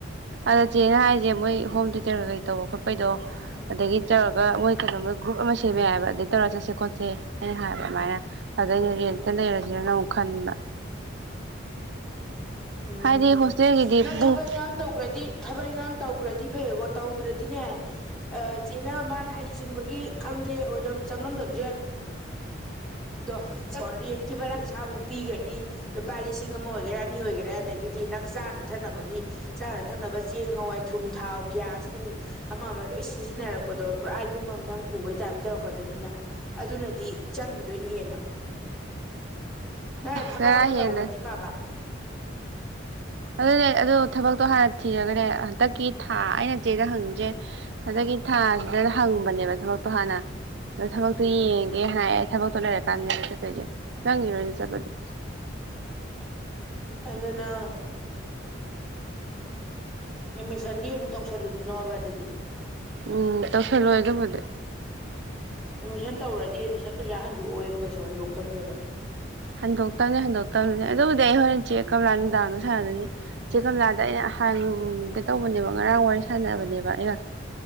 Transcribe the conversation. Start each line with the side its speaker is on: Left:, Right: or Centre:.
Right: ꯑꯗ ꯆꯦꯅ ꯍꯥꯏꯁꯦ ꯃꯣꯏ ꯍꯣꯝ ꯇ꯭ꯌꯨꯇꯔ ꯀꯩ ꯇꯧꯕ ꯈꯣꯠꯄꯩꯗꯣ ꯑꯗꯒꯤ ꯇꯧꯔꯒ ꯃꯣꯏ ꯀꯩꯅꯣꯃ ꯒ꯭ꯔꯨꯞ ꯑꯃ ꯁꯦꯝꯃꯦ ꯍꯥꯏꯕ ꯑꯗꯩ ꯇꯧꯔ ꯆꯠꯁꯦ ꯈꯣꯠꯁꯦ ꯍꯥꯏꯅ ꯍꯥꯏꯕ ꯑꯗꯨꯃꯥꯏꯅ ꯑꯗ ꯑꯦꯟꯅꯅꯦ
Centre: ꯎꯝ
Right: ꯍꯥꯏꯗꯅ ꯅ ꯈꯟꯕ
Centre: ꯎꯝ
Right: ꯍꯥꯏꯗꯤ ꯍꯣꯁꯇꯦꯜꯒꯤꯗꯤ
Centre: ꯅꯪ
Right: ꯄꯨꯡ
Centre: ꯊꯕꯛ ꯏꯉꯥꯡ ꯇꯧꯈ꯭ꯔꯗꯤ ꯊꯕꯛ ꯏꯉꯥꯡ ꯇꯧꯈ꯭ꯔꯗꯤ ꯐꯩꯌꯦꯀꯣ ꯇꯧꯗ꯭ꯔꯗꯤꯅꯦ ꯆꯦꯅ ꯃꯥꯅ ꯍꯩ ꯁꯤꯡꯕꯒꯤ ꯈꯪꯗꯦ ꯑꯣꯏꯔꯝ ꯆꯪꯉꯝꯗꯕꯁꯨ ꯌꯥ ꯑꯗꯣ ꯔꯦꯟꯀꯤ ꯔꯥ ꯄꯩꯁꯥꯕꯨꯨꯛ ꯄꯤꯒꯅꯤ ꯂꯨꯄꯥ ꯂꯤꯁꯤꯡ ꯑꯃ ꯑꯣꯏꯒꯦꯔꯥ ꯑꯅꯤ ꯑꯣꯏꯒꯦꯔꯥ ꯑꯗꯒꯤꯗꯤ ꯅꯪ ꯆꯥꯅ ꯊꯛꯅꯕꯒꯤ ꯆꯥꯅ ꯊꯛꯅꯕ ꯆꯦꯡ ꯍꯋꯥꯏ ꯊꯨꯝ ꯊꯥꯎ ꯒ꯭ꯌꯥꯁ ꯅꯨꯡ ꯑꯃ ꯑꯃ ꯂꯣꯏ ꯁꯤꯖꯤꯟꯅꯔꯛꯄꯗꯣ ꯄꯨꯔꯥ ꯌꯨꯝ ꯑꯃꯝ ꯅꯪ ꯄꯨꯕꯒꯤ ꯇꯥꯏꯞ ꯇꯧꯔꯛꯀꯗꯣꯏꯅꯤꯅ ꯑꯗꯨꯅꯗꯤ ꯆꯪ ꯑꯗꯨꯅ ꯍꯦꯟꯅ ꯅꯪꯅ ꯊꯕꯛ
Right: ꯆꯔꯥ
Centre: ꯑꯃ ꯇꯧꯈ꯭ꯔꯗꯤ
Right: ꯍꯦꯜꯂ
Centre: ꯐꯕ
Right: ꯑꯗꯨꯅꯦ ꯑꯗꯨ ꯊꯕꯛꯇꯣ ꯍꯥꯟꯅ ꯊꯤꯔꯒꯅꯦ ꯍꯟꯇꯛ ꯤ ꯊꯥ ꯑꯩꯅ ꯆꯦꯗ ꯍꯪꯁꯦ ꯑꯟꯛꯗꯒꯤ ꯊꯥꯁꯤꯗ ꯍꯪꯕꯅꯦꯕ ꯊꯕꯛꯄ ꯍꯥꯟꯅ ꯑꯗ ꯊꯕꯛꯇꯨ
Centre: ꯎꯝ
Right: ꯌꯦꯡꯒꯦ ꯍꯥꯏꯦ ꯊꯕꯣꯂ ꯑꯦꯀꯝꯅꯤꯦ ꯆꯪ ꯏꯔꯣꯗꯤ ꯆꯄꯗꯤ
Centre: ꯑꯗꯨꯅ ꯑꯦꯠꯃꯤꯁꯟꯗꯤ ꯑꯃꯨꯛ ꯇꯧꯁꯜꯂꯨꯈꯤꯅꯣꯕ ꯑꯗꯨꯗꯤ
Right: ꯎꯝ ꯑ ꯐꯂ ꯍꯥꯏꯒ ꯃ
Centre: ꯑꯦꯗꯃꯤꯁꯟ ꯇꯧꯔꯗꯤ ꯑꯦꯗꯃꯤꯁꯟ ꯄꯩꯁꯥ ꯍꯟꯗꯣꯛꯑꯣꯕ ꯀꯩꯁꯨ ꯍꯟꯗꯣꯛꯇꯕꯅꯦꯕ
Right: ꯍꯟꯗꯣꯛꯇꯕꯅꯤ ꯍꯟꯗꯣꯛꯇꯕꯅꯤꯅꯦ ꯑꯗꯨꯕꯨꯗꯤ ꯑꯩ ꯍꯣꯏꯅ ꯆꯦꯛ ꯀꯪꯂꯥ ꯅꯨꯡꯗꯥꯡꯗ ꯁꯥꯟꯅꯅꯕꯅꯦ ꯆꯦꯛ ꯀꯪꯂꯥꯗ ꯑꯩꯅ ꯍꯍꯥꯡꯒꯩ ꯇꯧꯕꯅꯦꯕ ꯉꯔꯥꯡ ꯋꯥꯔꯤ ꯁꯥꯟꯅꯕꯅꯦꯕ ꯑꯩꯒ